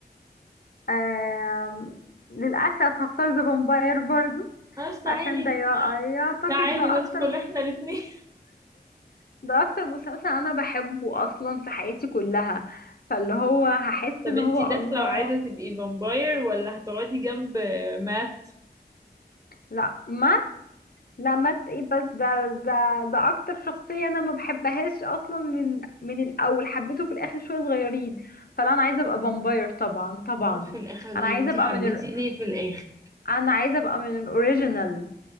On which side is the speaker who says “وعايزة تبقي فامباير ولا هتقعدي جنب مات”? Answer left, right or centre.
Right